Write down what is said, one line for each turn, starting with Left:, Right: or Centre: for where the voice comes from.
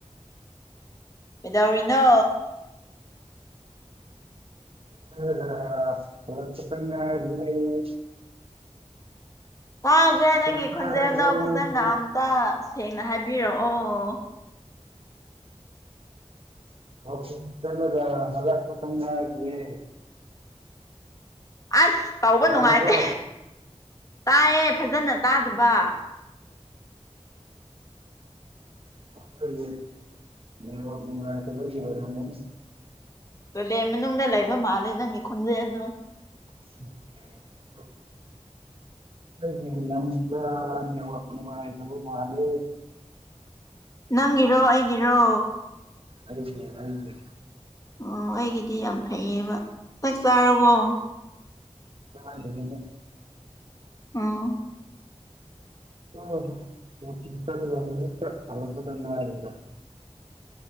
Left: ꯀꯩꯗꯧꯔꯤꯅꯣ
Right: <unintelligible> ꯍꯜꯂꯛꯄꯇ ꯉꯥꯏꯔꯤꯌꯦ
Left: ꯇꯥꯗ꯭ꯔꯦ ꯅꯪꯒꯤ
Right: ꯆꯥꯛ ꯆꯥꯔꯕ꯭ꯔꯣ
Left: ꯈꯣꯟꯖꯦꯜꯗꯣ ꯐꯖꯅ
Right: ꯅꯣꯏꯗꯤ
Left: ꯑꯝꯇ ꯁꯦꯡꯅ ꯍꯥꯏꯕꯤꯔꯛꯑꯣ <inaudible>
Right: <unintelligible> ꯍꯜꯂꯛꯄꯗ ꯉꯥꯏꯔꯤꯌꯦ
Left: ꯑꯁ ꯇꯧꯕ
Right: ꯇꯥꯔꯕꯣ
Left: ꯅꯨꯡꯉꯥꯏꯇꯦ ꯇꯥꯏꯌꯦ ꯐꯖꯅ ꯇꯥꯗꯕ
Right: <unintelligible> ꯅꯦꯠꯋꯥꯛ ꯅꯨꯉꯥꯏꯇꯕꯒꯤ ꯑꯣꯏꯔꯝꯒꯅꯤ
Left: ꯇꯣꯏꯂꯦ ꯃꯅꯨꯡꯗ ꯂꯩꯕ ꯃꯥꯜꯂꯦ ꯅꯪꯒꯤ ꯈꯣꯟꯖꯦꯜꯗꯣ
Right: <unintelligible> ꯑꯩꯒꯤ ꯂꯝꯗ ꯅꯦꯠꯋꯥꯛ ꯅꯨꯡꯉꯥꯏꯇꯕ ꯃꯥꯂꯦ
Left: ꯅꯪꯒꯤꯔꯣ ꯑꯩꯒꯤꯔꯣ
Right: ꯑꯩꯒꯤ ꯑꯩꯒꯤ
Left: ꯑꯣ ꯑꯩꯒꯤꯗꯤ ꯌꯥꯝ ꯐꯩꯌꯦꯕ ꯆꯥꯛ ꯆꯥꯔꯕꯣ
Right: ꯆꯥꯗ꯭ꯔꯤꯗ
Left: ꯑꯣ
Right: <unintelligible> ꯋꯥꯛꯀꯤꯡ ꯆꯠꯂꯒ ꯍꯧꯖꯤꯛꯇ ꯍꯜꯂꯛꯄꯗ ꯉꯥꯏꯔꯤꯗ